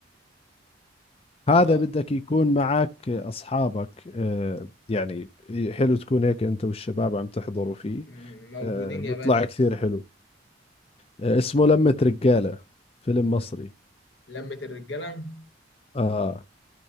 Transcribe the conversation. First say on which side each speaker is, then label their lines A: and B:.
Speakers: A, on the left (about 30°); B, on the left (about 80°).
A: هذا
B: خلاص
A: بدك يكون معك أصحابك آه، يعني حلو تكون هيك أنت والشباب عم تحضروا فيه
B: مم، موجودين
A: آه، بيطلع
B: يا باشا
A: كثير حلو آه، اسمه لمة رجالة فيلم مصري
B: لمة الرجالة
A: آه